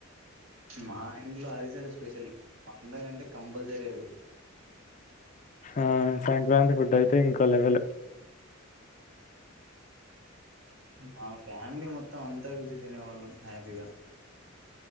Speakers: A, on the right; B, on the left.
A: మా ఇంట్లో అరి <unintelligible> స్పెషల్ పండగ అంటే కంపల్సరీ అవి
B: ఆ సంక్రాంతి ఫుడ్ అయితే ఇంకో లెవెల్
A: మా ఫ్యామిలీ మొత్తం అంత కలిసి తినేవాళ్ళం హ్యాపీగ